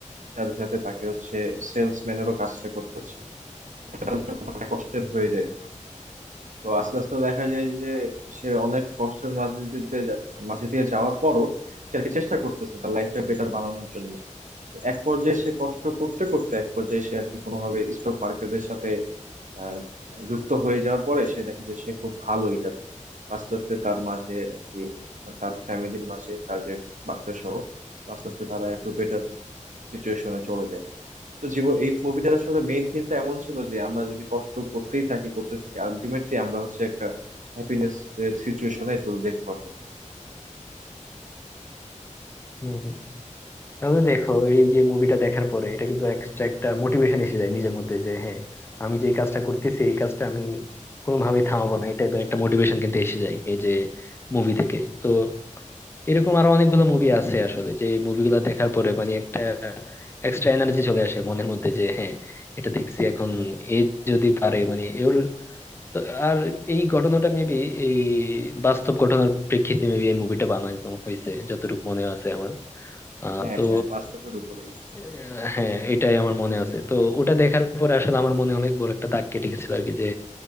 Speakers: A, on the right; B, on the left.
A: সাথে সাথে তাকে হচ্ছে সেলসম্যানেরও কাজটা করতে হচ্ছে তার জন্য অনেক কষ্টের হয়ে যায় তো আস্তে আস্তে দেখা যায় যে সে অনেক কষ্টের মাঝে দিয়ে দিয়ে যা- মাঝে দিয়ে যাওয়ার পরও সে আর কি চেষ্টা করতেছে তার লাইফটা বেটার বানানোর জন্য তো এক পর্যায়ে সে কষ্ট করতে করতে এক পর্যায়ে সে আর কি কোনোভাবে স্টক মার্কেটের সাথে আহ, যুক্ত হয়ে যাওয়ার পরে সে দেখে যে সে খুব ভালো এটাতে আস্তে আস্তে তার মাঝে আর কি তার ফ্যামিলির মাঝে তার যে বাচ্চা সহ তো আস্তে আস্তে তারা একটু বেটার সিচুয়েশনে চলে যায় তো জীবন এই মুভিটার আসলে মেইন থিমটা এমন ছিল যে আমরা যদি কষ্ট করতেই থাকি করতে থাকি আলটিমেটলি আমরা হচ্ছে একটা হ্যাপিনেস এর সিচুয়েশনে চলে যেতে পারবো
B: হম হম। তাহলে দেখো এই যে মুভিটা দেখার পরে এটা কিন্তু এক্সট্রা একটা মোটিভেশন এসে যায় নিজের মধ্যে যে হ্যাঁ আমি যে এই কাজটা করতেছি এই কাজটা আমি কোনোভাবেই থামাবো না এটা একটা মোটিভেশন কিন্তু এসে যায় এই যে মুভি থেকে তো এরকম আরো অনেকগুলো মুভি আছে আসলে যে মুভিগুলো দেখার পরে মানে একটা এক্সট্রা এনার্জি চলে আসে মনের মধ্যে যে হ্যাঁ এটা দেখছি এখন এ যদি পারে মানে ওর তো আর এই ঘটনাটা মেবি এই বাস্তব ঘটনার প্রেক্ষিতে মেবি এই মুভিটা বানানো হয়েছে যতটুকু মনে আছে আমার আহ
A: হ্যাঁ
B: তো
A: হ্যাঁ বাস্তবের উপরেই
B: আহ, হ্যাঁ এটাই আমার মনে আছে তো ওটা দেখার পরে আসলে আমার মনে অনেক বড় একটা দাগ কেটে গেছিল আর কি যে